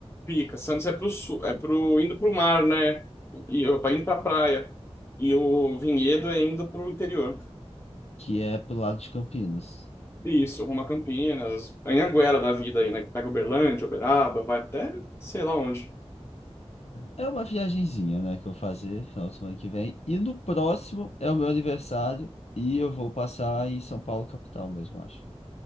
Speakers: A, on the left; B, on the left.
A: fica. Santos é pro sul, é pro, indo pro mar, né? E eu, indo pra praia. E o Vinhedo é indo pro interior.
B: Que é pro lado de Campinas.
A: Isso, rumo a Campinas, Anhanguera da vida aí, né? Que pega Uberlândia, Uberaba, vai até sei lá onde.
B: É, é uma viagenzinha, né, que eu vou fazer final de semana que vem. E no próximo é o meu aniversário e eu vou passar em São Paulo, capital mesmo, acho.